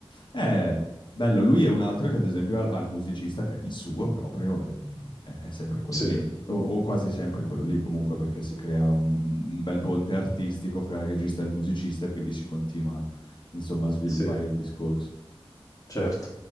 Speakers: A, on the left; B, on the left.
A: è bello, lui è un altro che ad esempio ha, ha il musicista che è il suo proprio, e non- è, è sempre quello
B: Sì,
A: lì, o, o quasi sempre quello lì comunque, perché si crea un, un bel ponte artistico fra il regista e il musicista e quindi si continua, insomma, a sviluppare
B: sì,
A: il discorso.
B: certo.